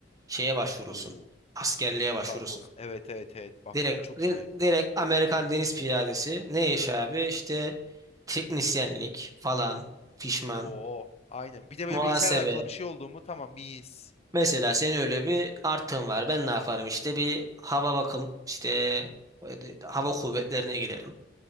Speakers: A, on the right; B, on the left.
A: şeye başvurursun.
B: Oo,
A: Askerliğe
B: yeşilli
A: başvurursun.
B: kartoz. Evet evet evet. Bak
A: Direkt
B: o çok
A: di-
B: iyi.
A: direkt Amerikan Deniz Piyadesi. Ne iş abi? İşte teknisyenlik falan, fişman,
B: Oo aynen. Bir de böyle
A: muhasebe.
B: bilgisayarla alakalı bir şey oldu mu tamam mis.
A: Mesela senin öyle bir artın var. Ben ne yaparım? İşte bir hava bakım, işte e, hava kuvvetlerine giderim.